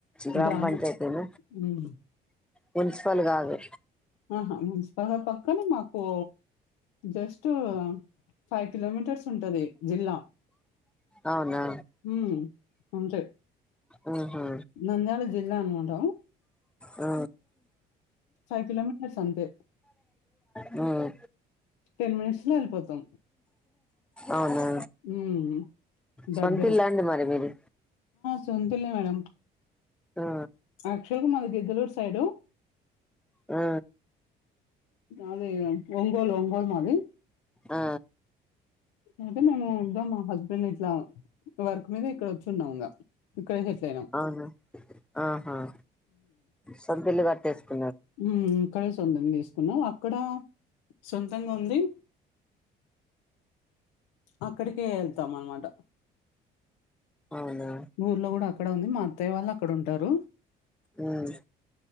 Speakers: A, in the centre; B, on the left (about 85°).
A: గ్రామ
B: గ్రామం
A: పంచాయితేన.
B: హ్మ్
A: మున్సిపల్ కాదు.
B: ఆహా మున్సిపల్ పక్కనే మాకు జస్ట్ ఫైవ్. కిలోమీటర్స్ ఉంటుది జిల్లా.
A: అవునా
B: హ్మ్. అంతే.
A: ఆహ.
B: నంద్యాల జిల్లా అన్నమాట.
A: ఆ.
B: ఫైవ్ కిలోమీటర్స్ అంతే.
A: మ్మ్
B: టెన్ మనిట్స్ లో వెళ్లిపోతాం.
A: అవునా
B: హుమ్
A: సొంత
B: దగ్గరే.
A: ఇల్లా అండి మరి మీది
B: సొంతిళ్ల మేడం.
A: ఆ
B: యాక్చువల్ గా మారి తొర్రూర్ సైడ్.
A: ఆ.
B: అది ఒంగోలు ఒంగోలు మది
A: ఆ
B: అయితే మేము ఉద్దాం మా హస్బెండ్ ఇట్లా వర్క్ మీద ఇక్కడ కూర్చున్నాము ఇక్కడే సెటిల్ అయినాం
A: అవును ఆహా సొంతిల్లు కట్టేసుకో
B: ఉమ్ సొంతంగా తీసుకున్నా అక్కడ సొంతంగా ఉంది అక్కడికే వెళ్తాం అనమాట
A: అవునా
B: ఊర్లో కూడా అక్కడ ఉంది మా అత్తయ్య వాళ్ళు అక్కడ ఉంటారు
A: ఉమ్